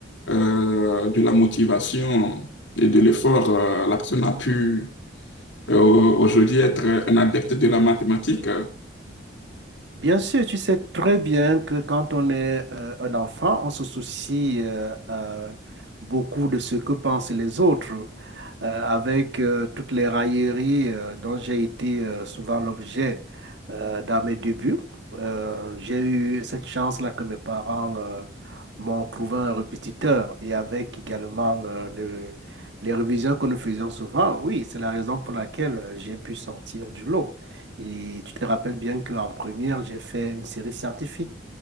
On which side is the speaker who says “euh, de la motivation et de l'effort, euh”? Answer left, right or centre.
Left